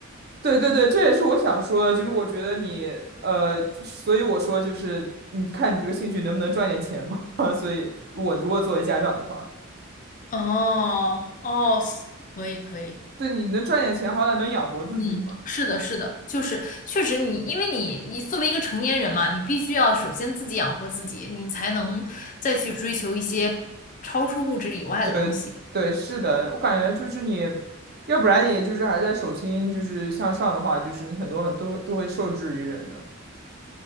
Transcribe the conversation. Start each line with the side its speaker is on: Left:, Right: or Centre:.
Right: 对对对，这也是我想说的，就是我觉得你呃，就是所以我说就是你看你这个兴趣能不能赚点钱嘛？<laughs> 所以我如果作为家长的话，
Left: <laughs> 哦哦，行可以可以，
Right: 对你能赚点钱，好歹能养活自己嘛。
Left: 嗯，是的，是的，就是确实你，因为你你作为一个成年人嘛，你必须要首先自己养活自己，你才能再去追求一些超出物质以外的东西。
Right: 对对，是的，我感觉就是你，要不然你就是还在手心就是向上的话，就是你很多很多都会受制于人的。